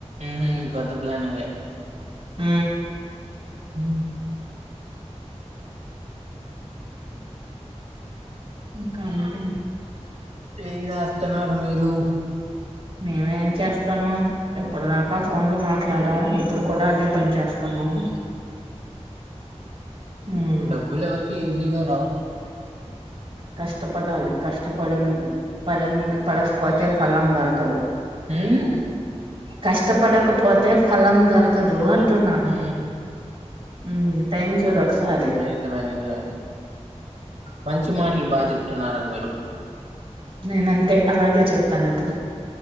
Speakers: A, on the right; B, on the right.
A: ఇప్ప అంత పిలానింగ
B: హ
A: హ
B: కాటి
A: ఏం చేస్తున్నారు మీరు
B: మేమేం చేస్తాన్నా ఎప్పుడుదాకా ఫోన్లు మాట్లాడాం ఇప్పుడు కూడా అదే పని చేేస్తున్నాము ఉమ్
A: డబ్బులు ఎవరికి ఈజీగా రావు
B: కష్టపడాలి కష్టపడింది పడింది పడకపోతే ఫలం దొరకదు
A: ఉ
B: కష్టపడక పోతే ఫలం దొరకదు అంటున్నా
A: ఉ
B: ఉ టైమ్ంచ నక్ష్రే
A: నిజమే నిజమే మంచి మాటలు బాగా చెప్తున్నారు మీరు
B: నేనంతే అలాగే చెప్తాను ఎప్పుడు